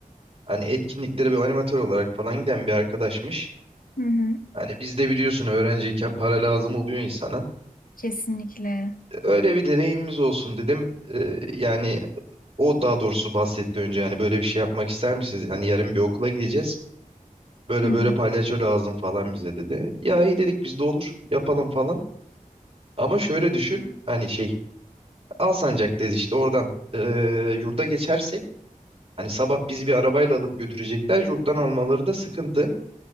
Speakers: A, on the right (about 45°); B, on the left (about 80°).
A: Hani etkinliklere bir animatör olarak falan giden bir arkadaşmış.
B: Hı hı.
A: Hani biz de biliyorsun öğrenciyken para lazım oluyor insana.
B: Kesinlikle.
A: Ee, Öyle bir deneyimimiz olsun dedim. Ee, yani O daha doğrusu bahsetti önce hani böyle bir şey yapmak ister misiniz? Hani yarın bir okula gideceğiz. Böyle
B: Hı hı.
A: böyle palyaço lazım falan bize dedi. Ya iyi dedik biz de olur yapalım falan. Ama şöyle düşün hani şey Alsancak'tayız işte oradan eee yurda geçersek hani sabah bizi bir arabayla alıp götürecekler yurttan almaları da sıkıntı.